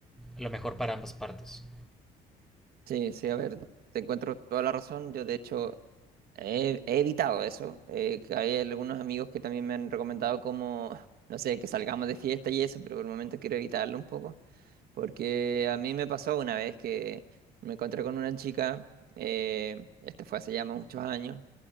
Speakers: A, in the centre; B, on the right.
A: lo mejor para ambas partes.
B: Sí, sí, a ver, te encuentro toda la razón, yo de hecho he, he evitado eso, eh, que hay algunos amigos que también me han recomendado como, <laughs> no sé, que salgamos de fiesta y eso, pero por el momento quiero evitarlo un poco. Porque a mí me pasó una vez que me encontré con una chica, eh, este fue hace ya muchos años,